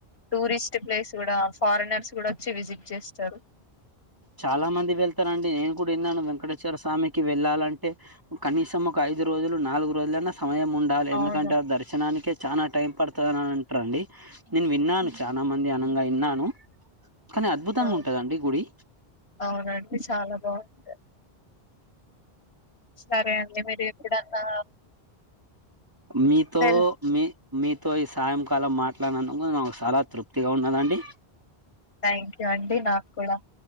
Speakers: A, on the left (about 85°); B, on the right (about 20°).
A: టూరిస్ట్ ప్లేస్ కూడా ఫారినర్స్ కూడా వచ్చి విజిట్ చేస్తారు
B: చాలా మంది వెళ్తారండి నేను కూడా విన్నాను <unintelligible> స్వామికి వెళ్ళాలంటే కనీసం ఒక ఐదు రోజులు నాలుగు రోజులన్న సమయం ఉండాలి ఎందుకంటే
A: అవును
B: ఆ దర్శనానికే చానా టైం పడతారంట అండి డ నేను విన్నాను చాలా మంది అనంగా విన్నాను కానీ అద్భుతంగా
A: అవును
B: ఉంటది గుడి
A: అవునండి చాలా బాగుంటయి సరే అండి మీరు ఎప్పుడన్నా
B: మీతో
A: వెల్
B: మీ మీ తో ఈ సాయంకాలం మాట్లాడినందుకు నాకు చాలా తృప్తిగా ఉన్నదండి
A: థ్యాంక్ యూ అండి నాకు కూడా